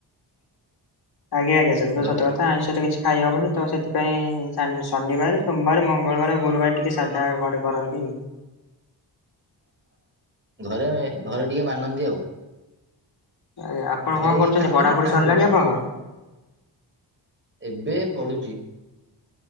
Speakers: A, on the left; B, on the right.
A: ଆଜ୍ଞା ଆଜ୍ଞା ସେଟା
B: ହ୍ୟାଲୋ?
A: ତ ସତ କଥା ତ ଆଇଁଷ ତ କିଛି ଖାଇହବନି ତ ସେଥିପାଇଁ ଶନିବାର ସୋମବାର ମଙ୍ଗଳବାର ଗୁରୁବାର ଟିକେ ସାଧା ଘରେ କରନ୍ତି।
B: ଘରେ ଘରେ ଟିକେ ମାନନ୍ତି ଆଉ
A: ଆଜ୍ଞା ଆପଣ
B: ଘରେ
A: କଣ
B: କେହି
A: କରୁଛନ୍ତି
B: ଖାଆନ୍ତି
A: ପଢା
B: ନା
A: ପଢି
B: ଖାଆନ୍ତିନି?
A: ସରିଲାଣି ଆପଣଙ୍କର?
B: ଏବେ ପଢୁଛି